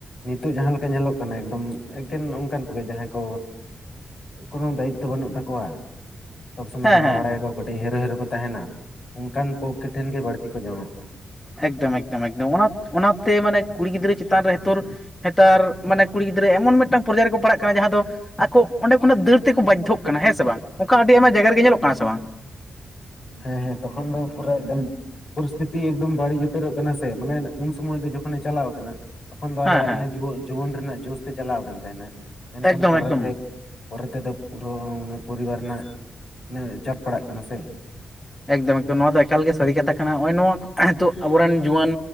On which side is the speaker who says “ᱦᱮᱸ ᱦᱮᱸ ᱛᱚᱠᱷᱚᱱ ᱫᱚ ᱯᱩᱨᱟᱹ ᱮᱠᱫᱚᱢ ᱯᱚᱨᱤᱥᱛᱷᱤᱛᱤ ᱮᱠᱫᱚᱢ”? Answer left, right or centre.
Left